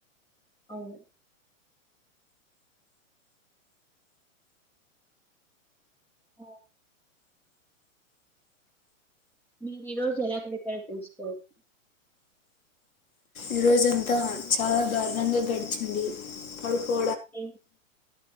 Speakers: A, in the centre; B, on the left.
A: అవును ఆఓ మీరు ఈ రోజు ఎలాగదీపరో తెలుసుకోవచ్చు
B: ఈ రోజఅంతా చాలా దారుణంగా గడిచింది పడుకో
A: ఏ